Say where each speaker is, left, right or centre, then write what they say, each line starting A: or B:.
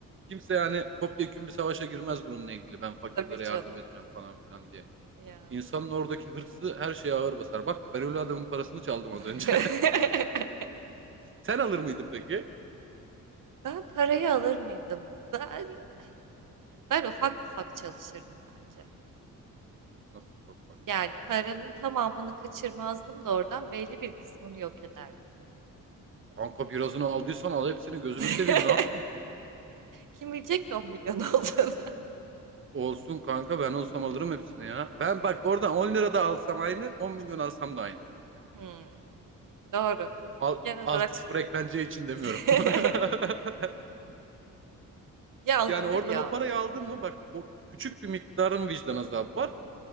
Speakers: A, on the right (about 35°); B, on the right (about 65°).
A: Kimse yani topyekün bir savaşa girmez bununla ilgili. Ben fakirlere
B: Tabii canım.
A: yardım edeceğim falan filan diye.
B: Ya.
A: İnsanın oradaki hırsı her şeye ağır basar. Bak ben öyle adamın parasını çaldım
B: <laughs>
A: az önce. <laughs> Sen alır mıydın peki?
B: Ben parayı alır mıydım? Ben ben ufak ufak çalışırdım bence.
A: Nasıl bak bak.
B: Yani paranın tamamını kaçırmazdım da oradan belli bir kısmını yok ederdim.
A: Kanka birazını aldıysan al hepsini gözünü
B: <laughs>
A: seveyim ne yaptın?
B: Kim bilecek ki 10 milyon olduğunu? <laughs>
A: Olsun kanka ben olsam alırım hepsini ya. Ben bak oradan 10 lira da alsam aynı 10 milyon alsam da aynı.
B: Hmm, doğru.
A: Al,
B: Genel
A: altı
B: olarak
A: sıfır eklence için demiyorum.
B: <laughs>
A: <laughs>
B: ya alınır
A: Yani oradan
B: ya.
A: o parayı aldın mı bak o küçük bir miktarın vicdan azabı var.